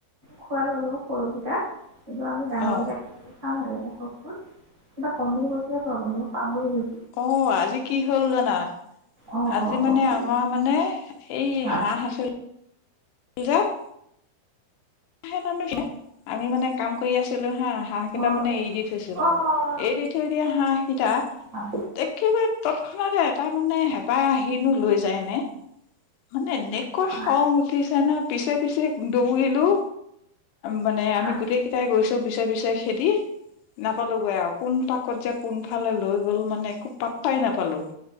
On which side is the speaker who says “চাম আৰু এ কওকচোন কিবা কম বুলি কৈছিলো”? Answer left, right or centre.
Right